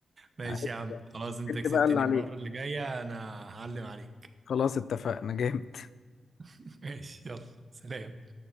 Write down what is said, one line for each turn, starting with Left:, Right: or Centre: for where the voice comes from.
Right: ماشي
Left: عد
Right: يا عم
Left: بقى
Right: خلاص انت
Left: عد
Right: كسبتني
Left: بقى اللي عليك
Right: المره اللي جايه انا هعلم عليك
Left: خلاص اتفقنا جامد
Right: <laughs> ماشي يلا سلام